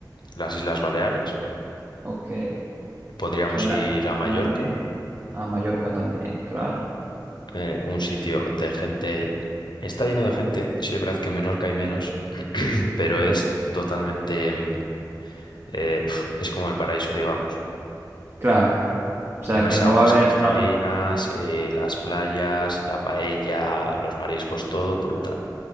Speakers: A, on the left; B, on the right.
A: las Islas Baleares,
B: ok,
A: podríamos
B: suena,
A: ir a
B: suena
A: Mallorca,
B: bien, a Mallorca también, claro,
A: eh, un sitio de gente, está lleno de gente, sí es verdad que en Menorca hay menos, <clears throat> pero
B: ok,
A: es totalmente, mm, eh, pf, es como el paraíso, digamos.
B: claro, o sea
A: Unas
B: que no
A: aguas
B: va a haber,
A: cristalinas,
B: no,
A: eh, las playas, la paella, los mariscos, todo brutal.